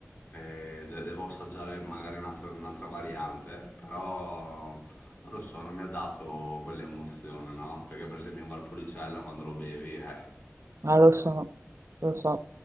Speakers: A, on the left; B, on the right.
A: e de- devo assaggiare magari un'altra un'altra variante, però non lo so, non mi ha dato quell'emozione, no? Perché per esempio in Valpolicella quando lo bevi, eh.
B: Ah, lo so, lo so.